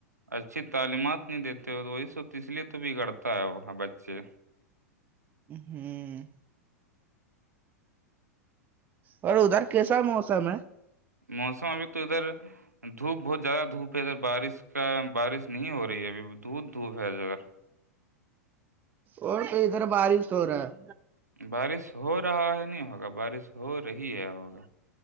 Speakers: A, on the right (about 85°); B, on the right (about 20°).
A: اچھی تعلیمات نہیں دیتے ہو تو وہی سب اس لیے تو بگڑتا ہے وہ بچے
B: ہوں اور ادھر کیسا موسم ہے
A: موسم ابھی تو ادھر دھوپ بہت زیادہ دھوپ ہے ادھر بارش کیا بارش نہیں ہو رہی ہے ابھی دھودھ دھوپ ہے جگر
B: اور کو ادھر بارش ہو رہا ہے
A: بارش ہو رہا ہے نہیں ہوگا بارش ہو رہی ہے ہوگا